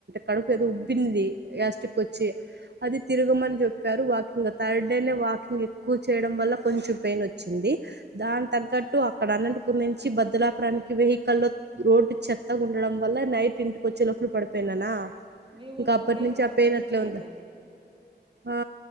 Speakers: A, on the right; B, on the right.
A: కడుపు ఏదో ఉబ్బింది గ్యాస్టిక్ వచ్చి అది తిరగమని
B: ఆ!
A: చెప్పారు. Walking third day walking ఎక్కువ చేయడం వల్ల కొంచెం పెయిన్ వచ్చింది. దాని తగ్గట్టు అక్కడ అనంతపూర్ నుంచి భదలాపురానికి వెహికల్ లో రోడ్డు చెత్తగా ఉండడం వల్ల నైట్ ఇంటికి వచ్చే లోపల పడిపోయినానా
B: మీ ఊరు
A: ఇంకా అప్పటి
B: నేము
A: నుంచి ఆ పెయిన్
B: మెన్షన్
A: అట్లే
B: చేయద్దండి.
A: ఉంది ఆ